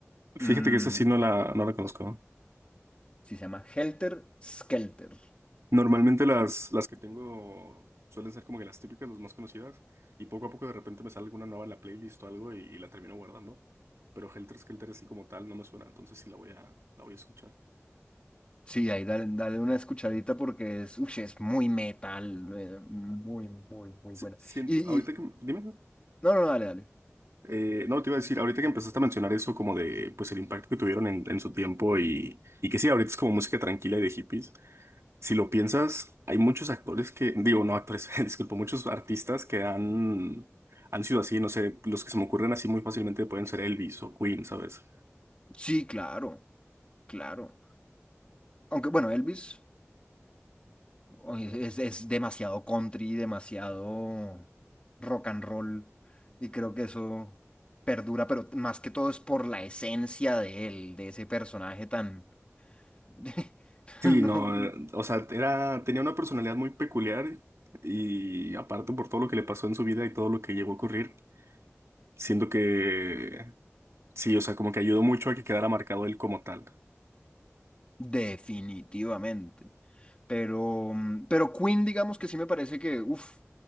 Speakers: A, on the left; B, on the right.
A: Mm,
B: Fíjate que esa sí no la, no la conozco.
A: sí, se llama Helter Skelter.
B: Normalmente las, las que tengo suelen ser como que las típicas, las más conocidas. Y poco a poco de repente me sale alguna nueva en la playlist o algo y, y la termino guardando. Pero Helter Skelter así como tal no me suena, entonces sí la voy a, la voy a escuchar.
A: Sí, ahí dale, dale una escuchadita porque es, uy, es muy metal, eh, muy, muy, muy
B: Sí,
A: buena.
B: siento,
A: Y,
B: ahorita
A: y,
B: que... Dime.
A: no, no, dale, dale.
B: Eh, no, te iba a decir, ahorita que empezaste a mencionar eso como de, pues el impacto que tuvieron en, en su tiempo y, y que sí, ahorita es como música tranquila y de hippies. Si lo piensas, hay muchos actores que, digo, no actores, <laughs> disculpo, muchos artistas que han, han sido así, no sé, los que se me ocurren así muy fácilmente pueden ser Elvis o Queen, ¿sabes?
A: Sí, claro, claro. Aunque bueno, Elvis. Oye, Es, es demasiado country, demasiado rock and roll. Y creo que eso perdura, pero más que todo es por la esencia de él, de ese personaje tan... <laughs>
B: Sí,
A: no,
B: no, eh, o sea, era, tenía una personalidad muy peculiar y aparte por todo lo que le pasó en su vida y todo lo que llegó a ocurrir, siento que sí, o sea, como que ayudó mucho a que quedara marcado él como tal.
A: definitivamente. Pero, mm, pero Queen, digamos que sí me parece que, uff,